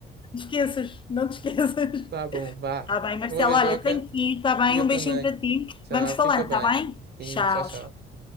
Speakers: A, on the left; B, on the right.
A: esqueças, não te esqueças.
B: Tá bom, vá.
A: Está bem, Marcelo.
B: Uma beijoca
A: Olha, tenho que ir, está bem?
B: e eu
A: Um
B: também.
A: beijinho para ti.
B: Tchau,
A: Vamos falando,
B: fica bem.
A: está bem?
B: Sim,
A: Tchau.
B: tchau, tchau.